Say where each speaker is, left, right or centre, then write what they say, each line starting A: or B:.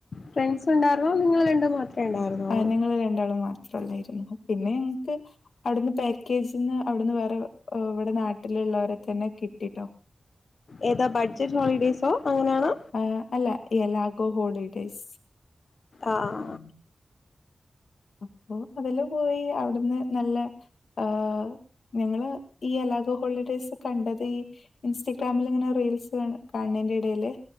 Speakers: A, on the left; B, on the left.
A: ഫ്രണ്ട്സ് ഉണ്ടാരുന്നോ നിങ്ങള് രണ്ടും മാത്രേ ഇണ്ടാറ്ന്നോള്ളേ
B: ആഹ് ഞങ്ങള് രണ്ടാളും മാത്രം <unintelligible> പിന്നെ ഞങ്ങക്ക് അവ്ട്ന്ന് പാക്കേജ്ന്ന് അവ്ട്ന്ന് വേറെ ഇവിടെ നാട്ടിലുള്ളവരെ തന്നെ കിട്ടീട്ടോ
A: ഏതാ ബഡ്ജെറ്റ് ഹോളിഡേയ്സോ അങ്ങനെ ആണോ
B: ആഹ് അല്ല എല്ലാഗോ ഹോളിഡേയ്സ്
A: ആഹ്
B: <inaudible> അപ്പൊ അതില് പോയി അവ്ട്ന്ന് നല്ല ആഹ് ഞങ്ങള് ഈ അലാഗോ ഹോളിഡേയ്സ് കണ്ടത് ഇൻസ്റ്റാഗ്രാമില് ഇങ്ങനെ റീൽസ് കാണുന്നേന്റെ ഇടയില്